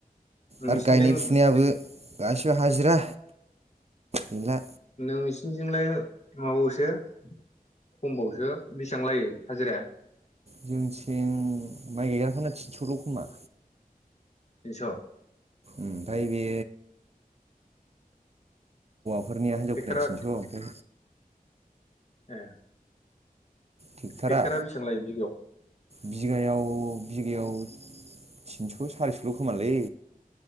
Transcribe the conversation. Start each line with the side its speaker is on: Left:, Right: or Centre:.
Left: नोंसिनिथिं
Right: आरो गायनाय फुनायाबो गासिबो हाजिरा गैला।
Left: नोंसिनिजोंलाय माबाबावसो खमबावसो बेसेबां लायो हाजिराया?
Right: जोंनिथिं माइ गायग्राखौनो थिनस'ल' खोमा।
Left: थिनस'
Right: ओमफ्राय बे फोरनिया हिनजफोरफोराया
Left: ट्रेक्टरा
Right: थिनस' ओमफ्राय
Left: ओ।
Right: ट्रेक्टारा
Left: टेक्टरा बेसेबां लायो बिगायाव?
Right: बिगायाव बिगायाव तिनस' सारिस'ल' खोमालै।